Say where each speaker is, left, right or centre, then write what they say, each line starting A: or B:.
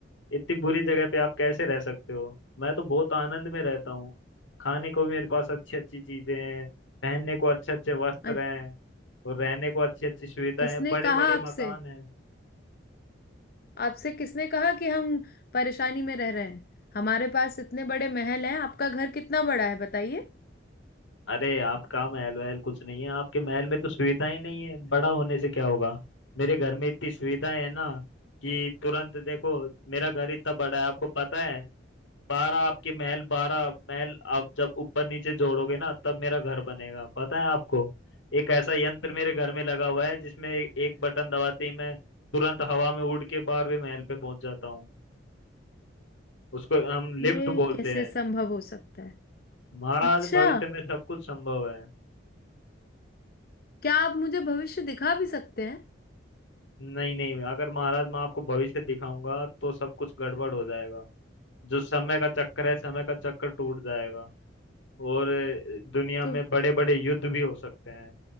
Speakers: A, on the left (about 80°); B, on the left (about 50°).
A: इतनी बुरी जगह पे आप कैसे रह सकते हो मैं तो बहुत आनंद में रहता हूँ खाने को भी मेरे पास अच्छी अच्छी चीजें हैं पहनने को अच्छे अच्छे वस्त्र
B: अ-
A: हैं और रहने को अच्छी अच्छी सुविधाएं
B: किसने
A: हैं बड़े
B: कहा
A: बड़े
B: आपसे
A: मकान हैं
B: आपसे किसने कहा कि हम परेशानी में रह रहे हैं हमारे पास इतने बड़े महल हैं आपका घर कितना बड़ा है बताइए
A: अरे आपका महल वहल कुछ नहीं है आपके महल में तो सुविधाएं नहीं है बड़ा होने से क्या होगा मेरे घर में इतनी सुविधाएं है ना कि तुरंत देखो मेरा घर इतना बड़ा है आपको पता है बारह आपके महल बारह महल आप जब ऊपर नीचे जोड़ोगे ना तब मेरा घर बनेगा पता है आपको एक ऐसा यंत्र मेरे घर में लगा हुआ है जिसमें ए- एक बटन दबाते ही मैं तुरंत हवा में उड़ के बारहवें महल पे पहुंच जाता हूँ उसको हम
B: ये
A: लिफ्ट बोलते
B: कैसे
A: हैं
B: संभव हो सकता है
A: महाराज
B: अच्छा
A: भविष्य में सब कुछ संभव है
B: क्या आप मुझे भविष्य दिखा भी सकते हैं
A: नहीं नहीं अगर महाराज मैं आपको भविष्य दिखाऊंगा तो सब कुछ गड़बड़ हो जाएगा जो समय का चक्कर है समय का चक्कर टूट जाएगा और अ, दुनिया
B: तो
A: में बड़े बड़े युद्ध भी हो सकते हैं